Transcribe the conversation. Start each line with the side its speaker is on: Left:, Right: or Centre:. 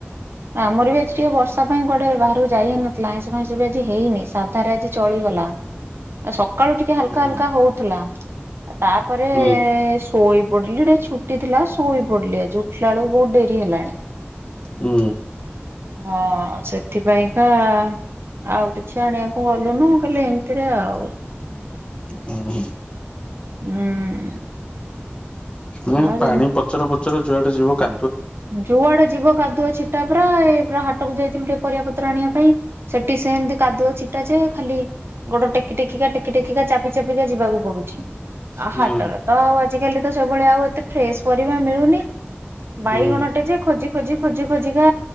Right: ଆମର ବି ଆଜି ଟିକେ ବର୍ଷା ପାଇଁ କୁଆଡ଼େ ବାହାରକୁ ଯାଇ ହେଇନଥିଲା ଆଇଁଷ ଫାଇଁସ ବି ଆଜି ହେଇନି ସାଧାରେ ଆଜି ଚଳିଗଲା। ଏ ସକାଳୁ ଟିକେ ହାଲକା
Left: ହୁଁ।
Right: ହାଲକା ହଉଥିଲା ଆ ତାପରେ
Left: ହୁଁ
Right: ଶୋଇ ପଡ଼ିଲି ଟିକେ ଛୁଟି ଥିଲା ଶୋଇ ପଡ଼ିଲି ଆଜି ଉଠିଲା ବେଳକୁ ବହୁତ ଡେରି ହେଲାଣି।
Left: ହୁଁ।
Right: ହଁ ସେଥିପାଇଁକା ଆଉ କିଛି ଆଣିବାକୁ ଗଲୁନୁ କହିଲେ ଏମିତିରେ ଆଉ
Left: ଉଁ ହୁଁ।
Right: ହୁଁ।
Left: ହୁଁ
Right: ଆଉ ଯେ-
Left: ପାଣି ପଚର ପଚର ଯୁଆଡ଼େ ଯିବ କା
Right: ଯୁଆଡ଼େ ଯିବ କାଦୁଅ ଛିଟା ପ୍ରାୟେ ପୁରା ହାଟକୁ ଯାଇଥିଲୁ ଟିକେ ପରିବା ପତ୍ର ଆଣିବା ପାଇଁ। ସେଠି ସେମିତି କାଦୁଅ ଚିଟା ଯେ ଖାଲି ଗୋଡ଼ ଟେକି ଟେକିକା ଟେକି ଟେକିକା ଚାପି ଚାପିକା ଯିବାକୁ ପଡୁଛି। ଆ
Left: ହୁଁ
Right: ହାଟର ତ ଆଉ ଆଜିକାଲି ତ ସେଭଳିଆ ଆଉ ଏତେ ଫ୍ରେଶ ପରିବା ମିଳୁନି। ବାଇଗଣ
Left: ହୁଁ
Right: ଟେ ଯେ ଖୋଜି ଖୋଜି ଖୋଜି ଖୋଜିିକା